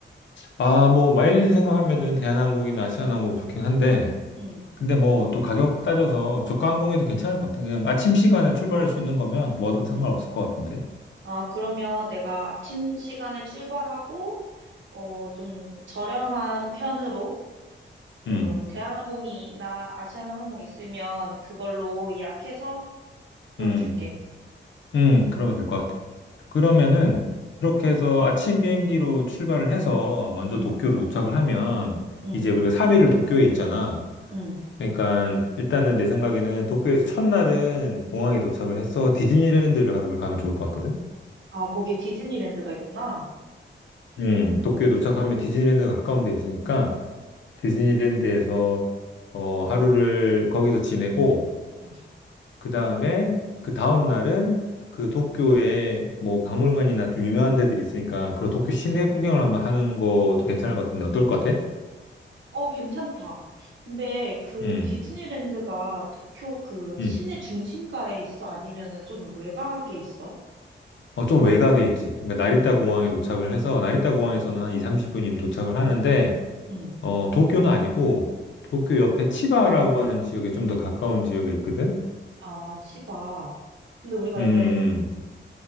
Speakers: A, on the left; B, on the right.
A: 아, 뭐, 마일리지 생각하면은 대한항공이나 아시아나항공이 좋긴 한데,
B: 응,
A: 근데 뭐, 또 가격 따져서 저가 항공에도 괜찮을 것 같아. 그냥 아침 시간에 출발할 수 있는 거면 뭐든 상관없을
B: 응.
A: 것 같은데.
B: 아, 그러면 내가 아침 시간에 출발하고, 어, 좀 저렴한 편으로 그
A: 음,
B: 대한항공이나 아시아나항공 있으면 그걸로 예약해서 보여줄게.
A: 음, 음, 그러면 될 것 같아. 그러면은, 그렇게 해서 아침 비행기로 출발을 해서 먼저
B: 응,
A: 도쿄를 도착을 하면,
B: 응,
A: 이제 우리가 3일을 도쿄에 있잖아.
B: 응.
A: 그러니까 일단은 내 생각에는 도쿄에서 첫날은 공항에 도착을 해서 디즈니랜드를 하루를 가면 좋을 것 같거든.
B: 아, 거기 디즈니랜드가 있구나.
A: 음, 도쿄에 도착하면 디즈니랜드가 가까운 데 있으니까 디즈니랜드에서 어, 하루를 거기서 지내고
B: 응.
A: 그 다음에 그 다음 날은 그 도쿄에 뭐 박물관이나 좀 유명한 데들이 있으니까 그런 도쿄 시내 구경을 한번 하는 것도 괜찮을 것 같은데 어떨 것 같아?
B: 어, 괜찮다. 근데 그
A: 음,
B: 디즈니랜드가 도쿄 그
A: 음.
B: 시내 중심가에 있어? 아니면은 좀 외곽에 있어?
A: 어, 좀 외곽에 있지. 그러니까 나리타 공항에 도착을 해서 나리타 공항에서는
B: 응.
A: 한 2, 30분이면 도착을 하는데
B: 응.
A: 어, 도쿄는 아니고, 도쿄 옆에 치바라고 하는 지역에 좀 더 가까운 지역에 있거든?
B: 아, 치바. 근데 우리가
A: 음,
B: 이제